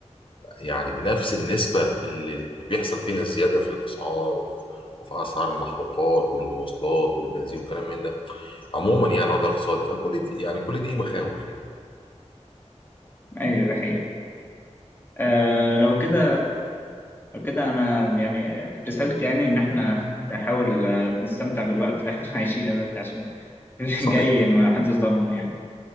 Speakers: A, on the left; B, on the left.
A: يعني بنفس النسبة اللي اللي بيحصل فيها الزيادة في الأسعار وفي وفي أسعار المحروقات والمواصلات والبنزين والكلام من ده عموما يعني الوضع الاقتصادي فكل دي يعني كل دي مخاوف يعني
B: أيوة حقيقة آه لو كده لو كده أنا يعني رسالتي يعني إن إحنا نحاول آه، نستمتع بالوقت اللي إحنا <laughs> عايشينه دلوقتي عشان <laughs> اللي
A: صحيح
B: جاي ما حدش ضامن يعني